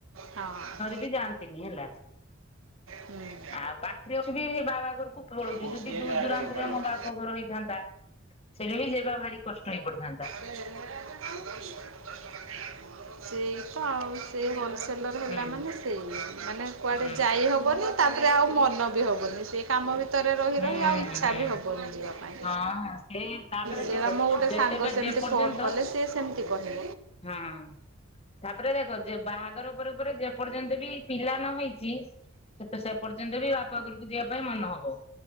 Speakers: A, on the right; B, on the left.
A: ହଁ।
B: ଜାଆନ୍ତିନି ହେଲା।
A: ହୁଁ।
B: ଆଉ ପାଖରେ ଅଛି ବି ବାବା ଘରକୁ ପଳଉଛି
A: ଗୋଟିଏ
B: ଯଦି ଦୂର
A: ଜାଗା
B: ଦୁରାନ୍ତରେ
A: ଦୋକାନ। ହୁଁ
B: ମୋ
A: ହୁଁ
B: ବାପ ଘର ହେଇଥାନ୍ତା ସେଇଲାଗି ଯିବା ଭାରି କଷ୍ଟ ହେଇପଡିଥାନ୍ତା।
A: <unintelligible> ସେଇ ମନସେଲର୍ ହେଲା
B: ହୁଁ
A: ମାନେ ସେଇ ମାନେ କୁଆଡେ
B: ହୁଁ
A: ଯାଇ ହବନି ତାପରେ ଆଉ ମନ ବି ହବନି। ସେ କାମ ଭିତରେ
B: ହୁଁ
A: ରହି ରହି ଆଉ ଇଚ୍ଛା
B: ହୁଁ।
A: ବି ହବନି ଯିବା ପାଇଁ।
B: ହଁ ସେ ତାପରେ
A: ସେରା
B: ଦେଖ
A: ମୋ ଗୋଟେ
B: ଯେତେବେ
A: ସାଙ୍ଗ ସେମିତି
B: ଯେ ପର୍ଯ୍ୟନ୍ତ
A: ଫୋନ୍ କଲେ ସିଏ ସେମିତି କହେ।
B: ହଁ ତାପରେ ଦେଖ ଯେ ବାହାଘର ପରେ ପରେ ଯେ ଯେ ପର୍ଯ୍ୟନ୍ତ ବି ପିଲା ନ ହେଇଛି ତ ସେ ପର୍ଯ୍ୟନ୍ତ ବି ବାପ ଘରକୁ ଯିବା ପାଇଁ ମନ ହବ।